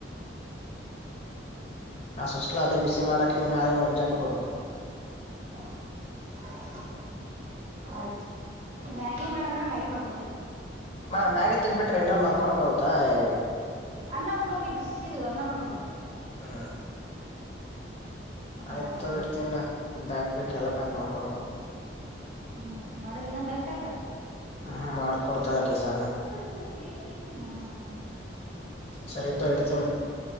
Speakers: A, on the left; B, on the right.
A: ಆ ಸುಸ್ಲಾ ಅಟ್ಟ ಬಿಸಿ ಮಾಡಾಕಿ ನಾಳೆ ಮುಂಜಾನೆ ಕೊಡು
B: ಹ್ಮ್ ಸರಿ ಆಯ್ತು ಮ್ಯಾಗಿ ಮಾಡಂದಾಗ ಮ್ಯಾಗಿ ಮಾಡ್ಕೊಡ್ತೀನಿ
A: ಮ ಮ್ಯಾಗೆ ತಿನ್ಬಿಟ್ರೆ ಇನ್ನೋ ಮಲ್ಕೊೋಕಗತಾಯ
B: ಅನ್ನ ಉಂಡ್ ಹೋಗ್ ಬಿಸಿದು ಅನ್ನ ಮಾಡ್ಕೊಡ್ತೇನೆ
A: ಹಾ
B: ಅನ್ನ
A: ಆಯ್ತು
B: ಸಾಂಬಾರ್
A: ತ
B: ಉಂಡ್
A: ಇಡ್ತೀನ
B: ಹೋಗು
A: ಬ್ಯಾಗ್ ಬೇಕ ಎಲ್ಲ ಪ್ಯಾಕ್ ಮಾಡ್ಕೊಬೇಕು
B: ಹ್ಮ್ ಮಾಡೆ ದಿನ ಬರ್ತಕ್
A: ಹ್ಮ ಮಾಡ್ಕ ಕೊಡ್ತಾಳ ಕಸಾನ
B: <unintelligible>
A: ಸರಿತ್ತು ಇಡ್ತೀನ